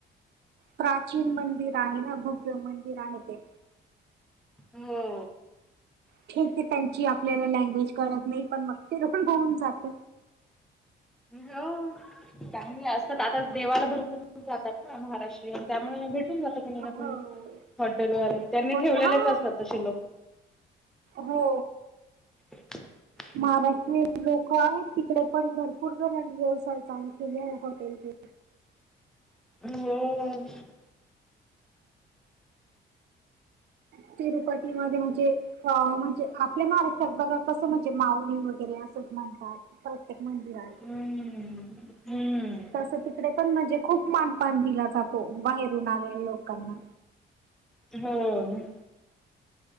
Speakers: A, on the right; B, in the centre.
A: प्राचीन मंदिर आहे ना. भव्य मंदिर आहे ते.
B: हो
A: ठीक हे त्यांची आपल्याला लँग्वेज कळत नाही पण मग तेिरण होऊन जात.
B: ह. का असतात आता देवाला भरपूर जातात ना महाराष्ट्रीयन आणि त्यामुळे भेटून जा
A: हो
B: हॉटेल वाले त्यांनी
A: कोणी
B: ठेवलेलेच
A: हा
B: असतात तशे लोक.
A: हो.
B: <inaudible>
A: महाराष्ट्रीयन लोक आहेत तिकडे पण भरपूर जण व्यवसाय चालू केले आहे हॉटेलचे.
B: <unintelligible>
A: <unintelligible> मध्ये म्हणजे अ म्हणजे, आपल्या महाराष्ट्रात बघा कसं, म्हणजे माऊली वगैरे असंच म्हणतात. प्रत्येक मंदिरात
B: हम्म. हम्म.
A: तस तिकडे पण म्हणजे खूप मानपन दिला जातो. हो बाहेरून आलेले लोकांना.
B: हम्म.